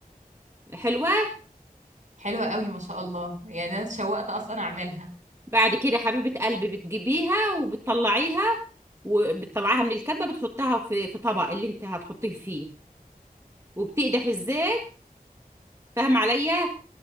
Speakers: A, on the right (about 20°); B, on the right (about 55°).
A: حلوة
B: حلوة قوي ما شاء الله يعني انا اتشوقت اصلا اعملها
A: بعد كده حبيبة قلبي بتجيبيها وبتطلعيها وبتطلعيها من الكبة بتحطها في في طبق اللي انت هتحطيه فيه وبتقدح الزيت فاهم عليا